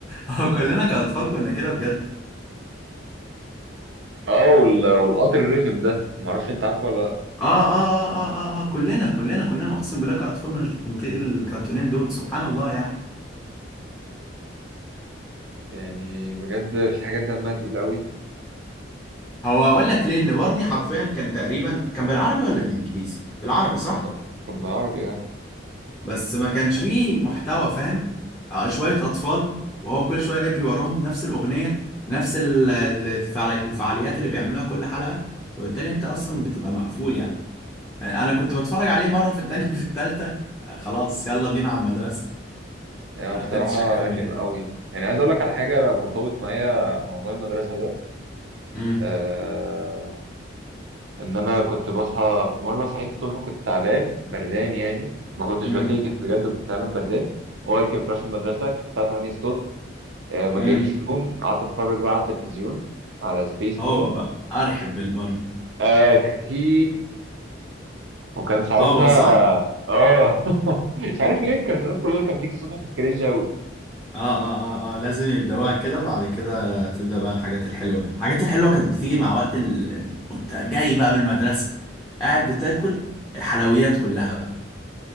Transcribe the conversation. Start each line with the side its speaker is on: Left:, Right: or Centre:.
Left: هو كلنا كأطفال كنا كده بجد
Right: اه وال- والقطر الرخم ده ما اعرفش انت عارفه ولا لا
Left: آه آه, آه آه آه آه كلنا كلنا كلنا أقسم بالله كأطفال مش بنطيق الكرتونين دول سبحان الله يعني
Right: يعني بجد في حاجات دمها تقيل قوي
Left: هو أقول لك ليه إن بارني حرفيا كان تقريبا كان بالعربي ولا الإنجليزي؟ بالعربي صح؟
Right: كان ب- كان بالعربي اه
Left: بس ما كانش فيه محتوى فاهم آه، شوية أطفال وهو كل شوية يجري وراهم نفس الأغنية نفس ال- ال- الفعالي- الفعاليات اللي بيعملوها كل حلقة وبالتالي أنت أصلا بتبقى مقفول يعني آه، أنا كنت بتفرج عليه مرة في التانية <laughs> في التالتة آه، خلاص يلا بينا على المدرسة
Right: يعني
Left: ما
Right: بصراحه
Left: قدرتش أكمل
Right: رخم
Left: يعني
Right: قوي يعني عايز اقول لك على حاجه انا مرتبط معايا موضوع المدرسه ده
Left: امم
Right: آه ان انا كنت بصحى في مره صحيت الصبح كنت تعبان بردان يعني ما كنتش
Left: امم
Right: بفيك it بجد كنت فعلا بردان هو قال لي ما تروحش المدرسه كانت الساعه 8 الصبح آه، ما
Left: امم
Right: جاليش نوم قعدت اتفرج بقى على التلفزيون على سبيس
Left: هو
Right: تون
Left: بقى أرحب بالبرني
Right: اخي وكان ساعتها
Left: هو صح
Right: اه <laughs> مش عارف ليه الكرتونات كلها اللي كانت بتيجي الصبح كانت كرينج قوي
Left: اه اه اه اه لازم يبدأوها كده بعد كده تبدأ بقى الحاجات الحلوة الحاجات الحلوة كانت بتيجي مع وقت ال... وانت جاي بقى من المدرسة قاعد بتاكل الحلويات كلها بقى